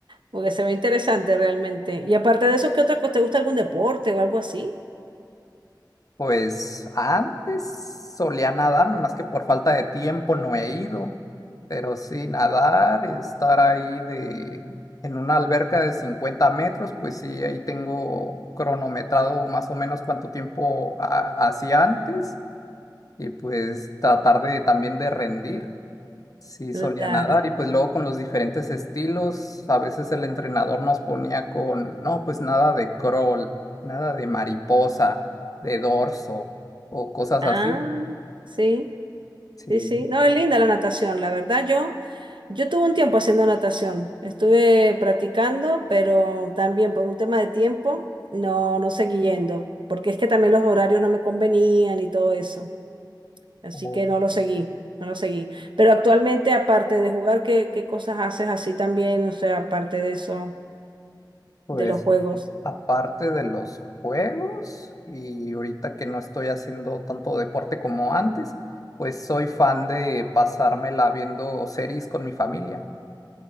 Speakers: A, on the right; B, on the left.
A: Porque se ve interesante realmente. Y aparte de eso, ¿qué otra cosa? ¿Te gusta algún deporte o algo así?
B: Pues antes solía nadar, nomás que por falta de tiempo no he ido. Pero sí, nadar y estar ahí de, en una alberca de 50 metros, pues sí, ahí tengo cronometrado más o menos cuánto tiempo ha- hacía antes. Y pues tratar de también de rendir. Sí,
A: Claro.
B: solía nadar y pues luego con los diferentes estilos, a veces el entrenador nos ponía con, no, pues nada de crawl, nada de mariposa, de dorso o cosas
A: Ah,
B: así.
A: sí,
B: Sí,
A: sí, sí. No, es linda la natación, la verdad. Yo, yo tuve un tiempo haciendo natación. Estuve practicando, pero también por un tema de tiempo, no, no seguí yendo. Porque es que también los horarios no me convenían y todo eso. Así
B: o,
A: que no lo seguí, no lo seguí. Pero actualmente, aparte de jugar, ¿qué, qué cosas haces así también? O sea, aparte de eso,
B: pues
A: de los juegos.
B: a- aparte de los juegos y ahorita que no estoy haciendo tanto deporte como antes, pues soy fan de pasármela viendo series con mi familia.